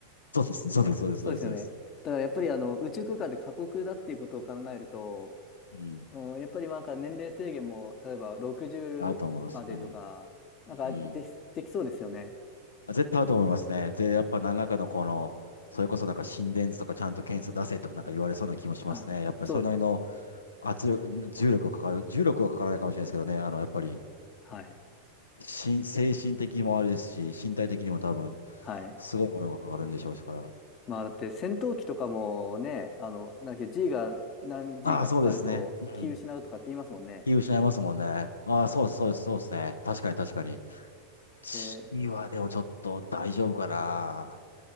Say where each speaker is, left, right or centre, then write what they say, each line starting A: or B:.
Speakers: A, on the left; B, on the left.
A: そうです、そうです、そうです、
B: そうですよね。
A: そうです、そうです。
B: だからやっぱりあの、宇宙空間で過酷だっていうことを考えると、
A: うん。
B: うん、やっぱりなんか年齢制限も、例えば60までとか、
A: 合うと思います。うん。
B: なんかでき、
A: うん。
B: できそうですよね。
A: あ、絶対合うと思いますね。で、やっぱ何らかのこの、それこそなんか心電図とかちゃんと検査出せとかなんか言われそうな気もしますね。
B: あ、
A: やっぱりそれなりの
B: そう、
A: 圧力、重力がかかる、重力はかからないかもしれないですけどね、あの、やっぱり
B: はい、
A: し、精神的にもあれですし、身体的にも多分、
B: はい。
A: すごいものがかかるんでしょうから。
B: まあだって戦闘機とかもね、あの、なんだっけ G が何 G
A: ああ、
B: かかかると気失うとかって言いますもんね。
A: そうですね。うん。気を失いますもんね。ああ、そうです、そうです、そうですね。確かに、確かに。地位はでもちょっと大丈夫かな。
B: で、